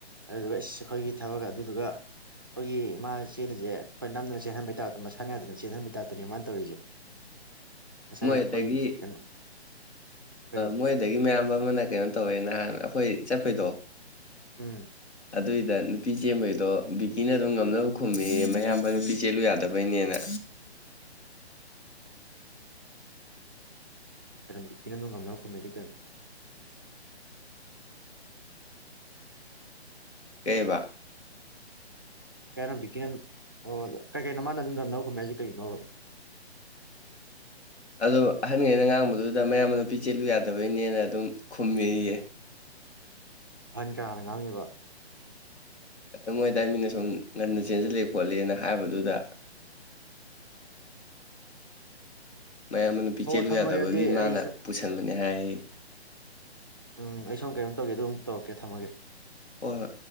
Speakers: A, on the right; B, on the left.
A: ꯑꯗꯨꯗꯨꯒ ꯏꯁꯁ ꯑꯩꯈꯣꯏꯒꯤ ꯊꯕꯛꯀ ꯑꯗꯨꯗꯨꯒ ꯑꯩꯈꯣꯏꯒꯤ ꯃꯥ ꯆꯦꯜꯂꯤꯁꯦ ꯑꯩꯈꯣꯏ ꯅꯝꯗꯅ ꯆꯦꯟꯍꯟꯕꯩ ꯇꯥꯏꯞꯇ ꯃꯁꯥꯅ ꯌꯥꯗꯅ ꯆꯦꯟꯍꯟꯕꯩ ꯇꯥꯏꯞꯇꯅꯦ ꯃꯥꯅ ꯇꯧꯔꯤꯁꯦ ꯉꯁꯥꯏ
B: ꯃꯣꯏ
A: ꯑꯩꯈꯣꯏ
B: ꯑꯗꯒꯤ
A: ꯀꯩꯅꯣ ꯀꯔꯤ
B: ꯃꯣꯏꯗꯒꯤ ꯃꯌꯥꯝꯕ ꯑꯃꯅ ꯀꯩꯅꯣ ꯇꯧꯋꯦꯅ ꯍꯥꯏꯕꯅꯦ ꯑꯩꯈꯣꯏ ꯄꯩꯗꯣ
A: ꯎꯝ
B: ꯑꯗꯨꯏꯗ ꯅꯨꯄꯤ ꯆꯦꯟꯕꯩꯗꯣ ꯕꯤꯀꯤꯅ ꯑꯗꯨꯝ ꯉꯝꯅꯕ ꯈꯨꯝꯃꯤꯌꯦ ꯃꯌꯥꯝꯕ ꯅꯨꯄꯤ ꯆꯦꯜꯂꯨ ꯌꯥꯗꯕꯩꯅꯦꯅ
A: ꯀꯔꯝ ꯕꯤꯀꯤꯅ ꯑꯗꯨꯝ ꯉꯝꯅꯕ ꯈꯨꯝꯃꯦꯗꯤ ꯀꯩꯅꯣ
B: ꯀꯩꯕꯥ
A: ꯀꯩ ꯍꯥꯏꯅꯣ ꯕꯤꯀꯤꯅꯥ ꯀꯩ ꯀꯩꯅꯣ ꯃꯥꯅ ꯉꯝꯅꯕ ꯑꯗꯨꯝ ꯈꯨꯝꯃꯦ ꯍꯥꯏꯁꯦ ꯀꯩꯅꯣꯕ
B: ꯑꯗꯣ ꯑꯍꯟꯉꯩꯅ ꯉꯥꯡꯕꯗꯨꯗ ꯃꯌꯥꯝ ꯑꯗꯨ ꯅꯨꯄꯤ ꯆꯦꯠꯂꯨ ꯌꯥꯗꯕꯩꯅꯦꯅ ꯑꯗꯨꯝ ꯈꯨꯝꯃꯤꯌꯦ
A: ꯑꯍꯟ ꯀꯅꯥꯅ ꯉꯥꯡꯉꯤꯕ
B: ꯃꯣꯏ ꯑꯗꯥꯏ ꯃꯤꯅ ꯁꯨꯝ ꯉꯟꯅ ꯆꯦꯟꯁꯤꯜꯂꯦ ꯈꯣꯠꯂꯦꯅ ꯍꯥꯏꯕꯗꯨꯗ ꯃꯌꯥꯝꯕ ꯅꯨꯄꯤ
A: ꯍꯣ
B: ꯆꯦꯜꯂꯨ
A: ꯊꯝꯃꯒꯦ
B: ꯌꯥꯗꯕꯒꯤ
A: ꯑꯗꯨꯗꯤ
B: ꯃꯥꯅ
A: ꯑꯩ ꯁꯣ-
B: ꯄꯨꯁꯟꯕꯅꯦ ꯍꯥꯏꯌꯦꯌꯦ
A: ꯎꯝ ꯑꯩ ꯁꯣꯝ ꯀꯩꯅꯣꯝ ꯇꯧꯒꯦ ꯑꯗꯨꯒ ꯑꯃꯨꯛ ꯇꯧꯔꯛꯀꯦ ꯊꯝꯃꯒꯦ
B: ꯍꯣꯏ ꯍꯣꯏ